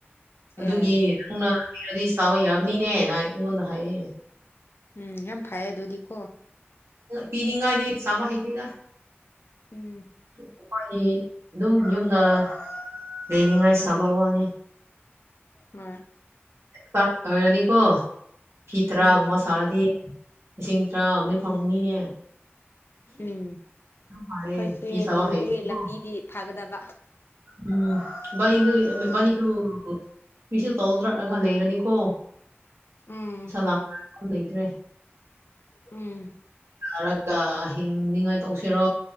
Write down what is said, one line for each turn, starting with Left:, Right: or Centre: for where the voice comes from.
Right: ꯑꯗꯨꯒꯤ
Left: ꯑꯦ
Right: ꯅꯧꯅꯗꯤ ꯍꯩꯔꯗꯤ ꯁꯥꯕ ꯌꯥꯕꯅꯤꯅꯦꯅ ꯑꯩꯉꯣꯟꯗ ꯍꯥꯏꯌꯦ
Left: ꯎꯝ ꯌꯥꯝ ꯐꯩꯌꯦ ꯑꯗꯨꯗꯤꯀꯣ
Right: ꯄꯤꯅꯤꯡꯉꯥꯢꯗꯣ ꯁꯥꯕ ꯍꯩꯇꯦꯗ
Left: ꯎꯝ
Right: ꯑꯩꯈꯣꯏꯒꯤ ꯑꯗꯨꯝ ꯌꯨꯝꯗ ꯂꯩꯅꯤꯡꯉꯥꯏ
Left: ꯎꯝ
Right: ꯁꯥꯕ ꯋꯥꯅꯤ
Left: ꯍꯣꯏ
Right: ꯀꯥꯠ ꯑꯣꯏꯔꯗꯤꯀꯣ ꯐꯤ ꯇꯔꯥꯒꯨꯝꯕ
Left: ꯎꯝ
Right: ꯁꯥꯔꯗꯤ ꯂꯤꯁꯤꯡ ꯇꯔꯥ ꯗꯤ ꯐꯪꯅꯤꯅꯦ
Left: ꯎꯝ ꯎꯝ
Right: ꯌꯥꯝ ꯐꯔꯦ
Left: ꯑꯩꯏꯁꯦ
Right: ꯐꯤ
Left: <unintelligible>
Right: ꯁꯥꯕ
Left: ꯍꯤꯡꯕ
Right: ꯍꯩꯕꯗꯣ
Left: ꯂꯝꯕꯤꯗꯤ ꯐꯥꯒꯗꯕ
Right: ꯎꯝ ꯢꯕꯅꯤꯗꯨ
Left: ꯑꯣꯏꯔꯗꯤ
Right: ꯢꯕꯅꯤꯗꯨ ꯃꯤꯁꯨ ꯇꯧꯗ꯭ꯔꯒ ꯂꯩꯔꯗꯤꯀꯣ
Left: ꯎꯝ
Right: ꯄꯩꯁꯥ ꯂꯥꯛ ꯂꯩꯇ꯭ꯔꯦ
Left: ꯎꯝ
Right: ꯆꯔꯒ ꯍꯤꯡꯅꯤꯉꯥꯏ ꯇꯧꯁꯤꯔꯣ